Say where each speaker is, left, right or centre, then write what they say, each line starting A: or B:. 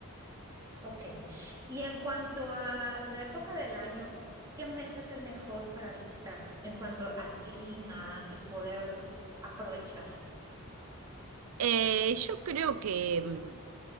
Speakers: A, on the right; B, on the right.
A: Ok. Y en cuanto a la época del año, ¿qué mes es el mejor para visitar en cuanto al clima y poder aprovechar?
B: Eh, yo creo que, mm,